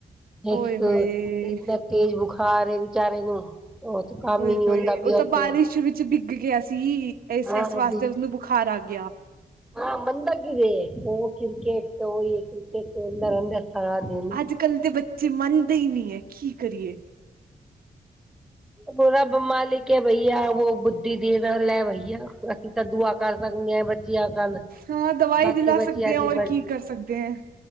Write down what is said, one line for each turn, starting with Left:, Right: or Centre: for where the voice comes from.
Centre: ਵੀਕ੍ਸ
Right: ਓਏ ਹੋਏ
Centre: ਤੇਜ਼ ਬੁਖਾਰ ਏ ਵਿਚਾਰੇ ਨੂੰ। ਉਹ ਤੇ ਕੰਮ
Right: ਓਏ,
Centre: ਹੀ ਨਹੀਂ
Right: ਹੋਏ
Centre: ਹੁੰਦਾ ਪਿਆ
Right: ਉਹ ਤਾ
Centre: ਉੱਥੇ
Right: ਬਾਰਿਸ਼ ਵਿੱਚ ਬਿੱਗ ਗਿਆ ਸੀ, ਇਸ-ਇਸ
Centre: ਹਾਂ
Right: ਵਾਸਤੇ,
Centre: ਵੀ
Right: ਉਸਨੂੰ ਬੁਖਾਰ ਆਗਿਆ।
Centre: ਹਾਂ, ਮੰਨਦਾ ਕਿਦੇ, ਓ ਕ੍ਰਿਕੇਟ ਤੇ, ਓਈ ਕ੍ਰਿਕੇਟ ਖੇਲਦਾ ਰਹਿੰਦਾ। ਹਾਜੀ
Right: ਅੱਜ-ਕੱਲ ਦੇ ਬੱਚੇ ਮੰਨਦੇ ਹੀ ਨਹੀਂ ਏ, ਕੀ ਕਰੀਏ?
Centre: ਵੋ ਰਬ ਮਾਲਿਕ ਐ ਭਈਆ, ਉਹ ਬੁੱਧੀ ਦੇ ਦਵੇ ਭਈਆ। ਅਸੀ ਤਾਂ ਦੁਆ ਕਰ ਸਕਦੇ ਹਾਂ, ਬੱਚਿਆਂ ਕੰਨ
Right: ਹਾਂ, ਦਵਾਈ
Centre: ਬਾਕੀ
Right: ਦਿਲਾ
Centre: ਬੱਚਿਆਂ
Right: ਸਕਦੇ ਓ,
Centre: ਦੀ
Right: ਔਰ
Centre: ਮਰਜ਼ੀ
Right: ਕੀ ਕਰ ਸਕਦੇ ਐਂ।